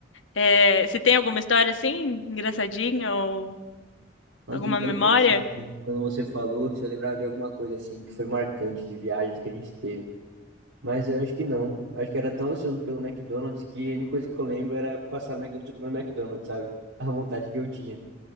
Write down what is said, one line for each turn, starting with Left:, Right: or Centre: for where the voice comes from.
Left: É, você tem alguma história assim, engraçadinha, ou
Right: Nós
Left: alguma
Right: tentando
Left: memória?
Right: pensar aqui, quando você falou, se eu lembrava de alguma coisa assim que foi marcante de viagem que a gente teve. Mas eu acho que não. Eu acho que eu era tão ansioso pelo McDonald's que a única coisa que eu lembro era passar no McDonald's e comer no McDonald's, sabe? A vontade que eu tinha.